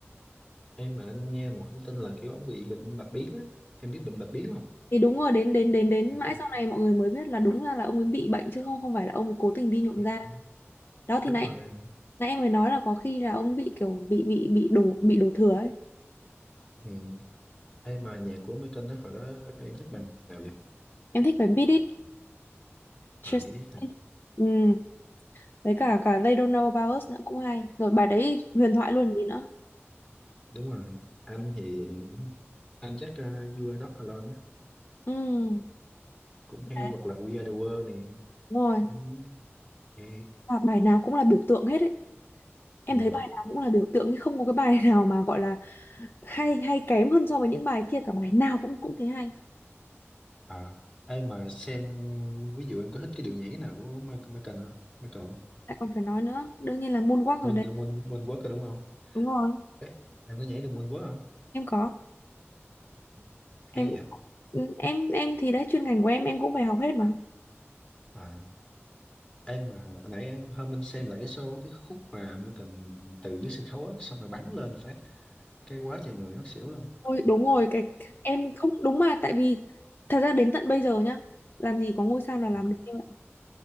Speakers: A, on the left; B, on the left.
A: em mà anh nghe một thông tin là kiểu ông bị bệnh bạch biến á em biết bệnh bạch biến không
B: thì đúng rồi đến đến đến đến
A: ừ.
B: mãi sau này mọi người mới biết là đúng ra là ông ấy bị bệnh chứ không không phải là ông ấy cố tình đi nhuộm
A: ừ.
B: da đó thì
A: đúng
B: nãy
A: rồi
B: nãy em mới nói là có khi là ông bị kiểu bị bị bị đổ bị đổ thừa ấy
A: ừ. em mà nhạc của Michael đó hồi đó em thích bài nào vậy
B: em thích bài Beat It Just
A: à Beat It nè
B: It. ừ. với cả cả They Don't Know About Us nữa cũng hay rồi bài đấy huyền thoại luôn gì nữa
A: đúng rồi anh thì anh chắc uh, You Are Not Alone á
B: ừ.
A: cũng hay
B: đấy
A: hoặc là We Are The World này
B: đúng rồi
A: cũng ok
B: và bài nào cũng là biểu tượng hết ấy em
A: ừ.
B: thấy bài nào cũng là biểu tượng chứ không có cái bài <laughs> nào mà gọi là hay hay kém hơn so với những bài kia cả bài nào cũng cũng thế hay
A: à ai mà xem ví dụ em có thích cái điệu nhảy nào của Michael Michael hả Michael
B: lại còn phải nói nữa đương nhiên là moonwalk ở
A: Moon
B: đấy
A: Moon Moonwalk rồi đúng không
B: đúng rồi
A: Ê, em có nhảy được Moonwalk không
B: em có
A: Ừ.
B: em
A: hay vậy
B: ừ, em em thì đấy chuyên ngành của em em cũng phải học hết mà
A: à em mà nãy em- hôm anh xem lại cái show cái khúc mà Michael từ dưới sân khấu á xong rồi bắn lên phát cái quá trời người ngất xỉu luôn
B: Ôi, đúng rồi cái em không đúng mà tại vì thật ra đến tận bây giờ nhá làm gì có ngôi sao nào làm
A: Ừ.
B: được như vậy